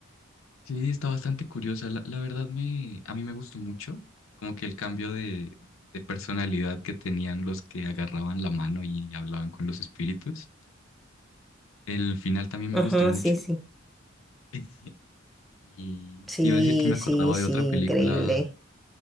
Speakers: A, on the left; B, in the centre.
A: Sí, está bastante curiosa. La, la verdad me, a mí me gustó mucho. Como que el cambio de, de personalidad que tenían los que agarraban la mano y hablaban con los espíritus. El final también me
B: Ajá,
A: gustó mucho.
B: sí, sí.
A: <laughs> Y
B: Sí,
A: te iba a decir que me acordaba
B: sí, sí,
A: de otra película
B: increíble.